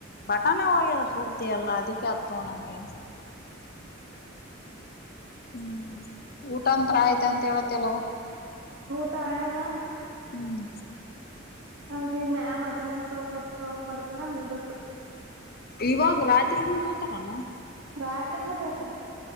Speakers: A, on the left; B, on the right.
A: ಬಟಾನೆ ಹೋಗ್ಯದ ಪೂರ್ತಿ ಎಲ್ಲ ಅದಕ್ಕೆ ಹತ್ತ ನಂಗೆ ಹ್ಮ್ ಊಟಂತ್ರ <unintelligible> ಆಯ್ತ ಅಂತ ಹೇಳತಿ ಅಲವ
B: ಟ ಹ ರಾಮ <unintelligible>
A: ಹ್ಮ್
B: ಹದಿ ಮ್ಯಾಮ್ ಅಟೆಂಡೆನ್ಸ್ ಸ ಹಕ ಹೊತ್ತ <unintelligible> ಹಕ್ ಬರ್ತಾರ ಹೋಗ್ಬೇಕಕ್
A: ಇವಾಗ ರಾತ್ರಿಗಂತ ತೋತಾರಾನ <unintelligible>
B: ರಾತ್ರಿನ ತೋತಾರ